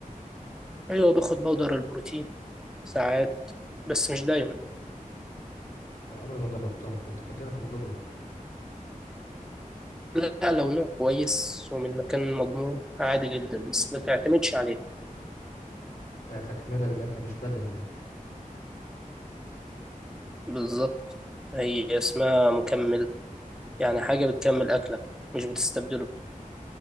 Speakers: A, in the centre; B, on the left (about 65°).
A: أيوة باخد بودر البروتين ساعات بس مش دايما
B: أنا عمري ما جربتها كنت فاكرها مضرة
A: لا لو نوم كويس ومن مكان مضمون عادي جدا بس ما تعتمدش عليه
B: يعني تكملة للأكل مش بدل الأكل
A: بالظبط هي اسمها مكملة يعني حاجة بتكمل أكلك مش بتستبدله